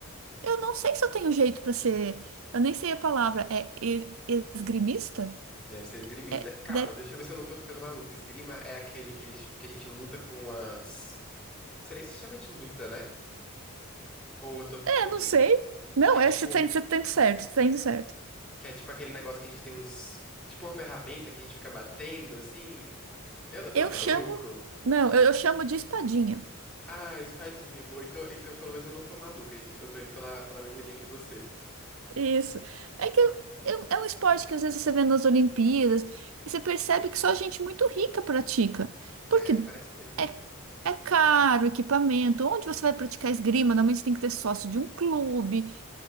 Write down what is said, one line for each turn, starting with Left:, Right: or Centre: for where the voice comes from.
Right: eu não sei se eu tenho jeito para ser. Eu nem sei a palavra. É e- esgrimista?
Centre: Deve ser esgrimista.
Right: É,
Centre: Calma,
Right: de-
Centre: deixa eu ver se eu não tô ficando maluco. Esgrima é aquele que, eles, que a gente luta com as. Não sei nem se chama de luta, né? Ou eu tô confundindo?
Right: é, não sei. Não,
Centre: Que é
Right: é,
Centre: tipo
Right: você
Centre: um.
Right: tá indo você tá indo certo, você tá indo certo.
Centre: Que é tipo aquele negócio que a gente tem uns. Tipo uma ferramenta que a gente fica batendo, assim. Eu, eu tô
Right: Eu
Centre: maluco?
Right: chamo. Não, eu, eu chamo de espadinha.
Centre: Ah, espadinha, boa. Então, então pelo menos eu não tô maluco. A gente- Eu tô indo pela, pela mesma linha que você.
Right: Isso. É que é, é um esporte que às vezes você vê nas Olimpíadas e você percebe que só gente muito rica pratica.
Centre: É,
Right: Porque
Centre: parece mesmo,
Right: é,
Centre: né?
Right: é caro o equipamento. Onde você vai praticar esgrima? Normalmente você tem que ter sócio de um clube.